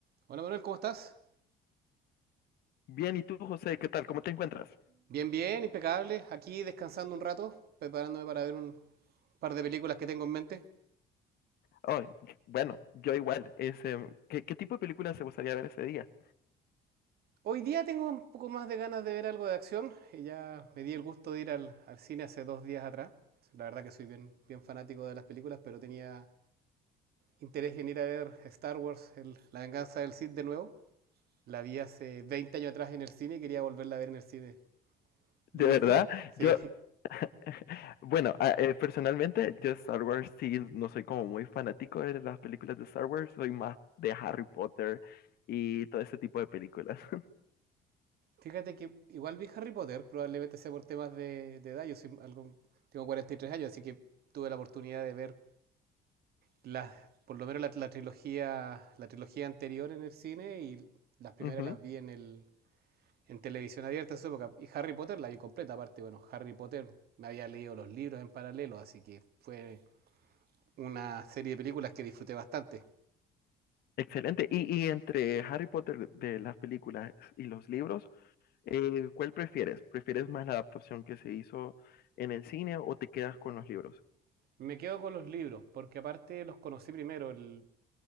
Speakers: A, on the right (about 65°); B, on the left (about 70°).
A: Hola Manuel, ¿cómo estás?
B: Bien, ¿y tú, José? ¿Qué tal? ¿Cómo te encuentras?
A: Bien, bien, impecable. Aquí descansando un rato, preparándome para ver un par de películas que tengo en mente.
B: Ay, bueno, yo igual. Es, em, ¿qué, qué tipo de películas te gustaría ver ese día?
A: Hoy día tengo un poco más de ganas de ver algo de acción. y Ya me di el gusto de ir al, al cine hace dos días atrás. La verdad que soy bien, bien fanático de las películas, pero tenía interés en ir a ver Star Wars, el- La venganza del Sith de nuevo. La vi hace 20 años atrás en el cine y quería volverla a ver en el cine.
B: De
A: Y hoy
B: verdad,
A: día, <laughs> sí,
B: yo, <laughs> bueno, a- eh, personalmente, yo Star Wars sí, no soy como muy fanático de las películas de Star Wars, soy más de Harry Potter y todo ese tipo de películas. <laughs>
A: Fíjate que igual vi Harry Potter, probablemente sea por temas de, de edad. Yo soy algo, tengo 43 años, así que tuve la oportunidad de ver las, por lo menos la, la trilogía, la trilogía anterior en el cine y las primeras
B: Ujú,
A: las vi en el, en televisión abierta en su época. Y Harry Potter la vi completa, aparte, bueno, Harry Potter me había leído los libros en paralelo, así que fue una serie de películas que disfruté bastante.
B: Excelente. Y, y entre Harry Potter de las películas y los libros, eh, ¿cuál prefieres? ¿Prefieres más la adaptación que se hizo en el cine o te quedas con los libros?
A: Me quedo con los libros, porque aparte los conocí primero. El,